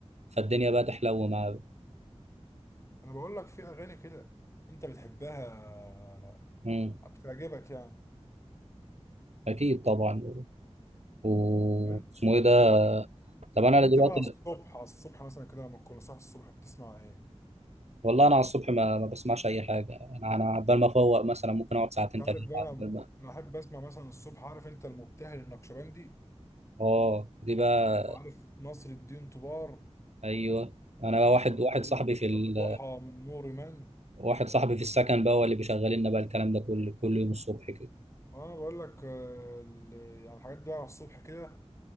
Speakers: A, on the right; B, on the left.
A: فالدنيا بقى تحلو معاه
B: أنا بقول لك في أغاني كده أنت بتحبها
A: مم.
B: بتعجبك يعني
A: اكيد طبعا واسمه
B: طب أنت
A: ايه ده طب انا
B: طب أنت
A: دلوقتي
B: بقى على الصبح على الصبح مثلا كده لما تكون صاحي الصبح بتسمع إيه؟
A: والله انا على الصبح ما, ما بسمعش اي حاجه انا انا عبال ما افوق مثلا ممكن اقعد ساعتين
B: أنت عارف
A: ثلاثه
B: بقى أنا
A: عبال ما
B: أنا أحب أسمع مثلا الصبح عارف أنت المبتهل النقشبندي
A: اه دي بقى
B: وعارف نصر الدين طوبار
A: ايوه انا بقى واحد
B: طب
A: واحد
B: وإيه؟
A: صاحبي في ال...
B: الضحى من نور من
A: واحد صاحبي في السكن بقى هو اللي بيشغل لنا بقى الكلام ده كل كل يوم الصبح كده
B: اه انا بقول لك آه، ال- يعني الحاجات دي على الصبح كده